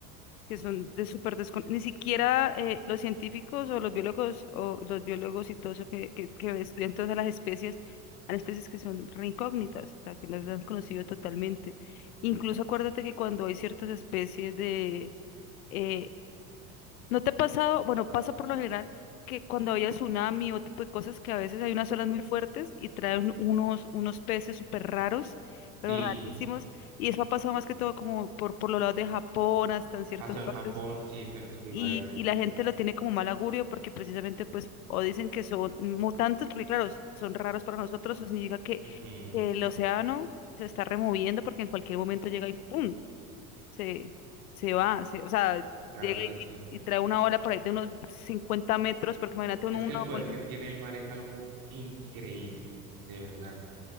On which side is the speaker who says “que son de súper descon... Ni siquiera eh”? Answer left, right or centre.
Left